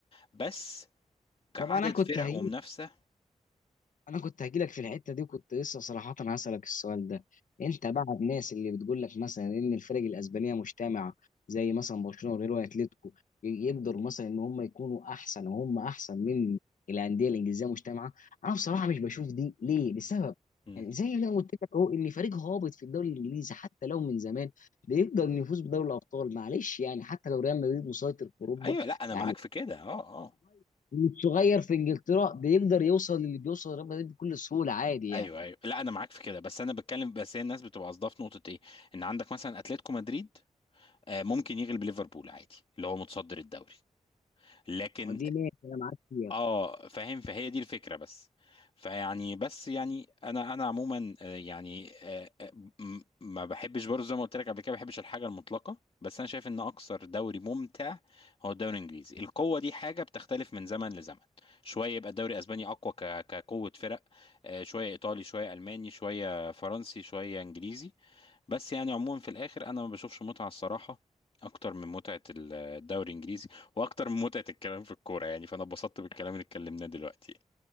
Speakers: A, on the left; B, on the left.
A: بس كعدد
B: طب انا كنت
A: فرق
B: هجيب
A: ومنافسه
B: انا كنت هجيلك في الحته دي وكنت لسه صراحه هسألك السؤال ده انت بقى الناس اللي بتقول لك مثلا ان الفرق الاسبانيه مجتمعه زي مثلا برشلونه وريال واتليتيكو ي- يقدروا مثلا ان هم يكونوا احسن وهم احسن من الانديه الانجليزيه مجتمعه انا بصراحه مش بشوف دي ليه لسبب
A: مم.
B: يعني زي ما أنا قلت لك اهو ان فريق هابط في الدوري الانجليزي حتى لو من زمان بيقدر إنه يفوز بدوري الابطال معلش يعني حتى لو ريال مدريد مسيطر في اوروبا
A: ايوه لا انا
B: يعني
A: معاك في كده اه اه
B: والصغير في انجلترا بيقدر يوصل للي بيوصل ريال مدريد بكل سهوله عادي يعني
A: ايوه ايوه لا انا معاك في كده بس انا بتكلم بس هي الناس بتبقى قصدها في نقطه ايه ان عندك مثلا اتلتيكو مدريد آه، ممكن يغلب ليفربول عادي اللي هو متصدر الدوري لكن
B: آه، دي ماشي انا معاك فيها
A: اه فاهم فهي دي الفكره بس فيعني بس يعني انا انا عموما آه، يعني آه، آه، م- ما بحبش برضه زي ما قلت لك قبل كده ما بحبش الحاجه المطلقه بس انا شايف ان اكثر دوري ممتع هو الدوري الانجليزي القوه دي حاجه بتختلف من زمن لزمن شويه يبقى الدوري الاسباني اقوى ك- كقوه فرق آه، شويه ايطالي شويه الماني شويه فرنسي شويه انجليزي بس يعني عموما في الاخر انا ما بشوفش متعه الصراحه اكتر من متعه الدوري الانجليزي واكتر من متعه الكلام في الكوره يعني فانا اتبسطت بالكلام اللي اتكلمناه دلوقتي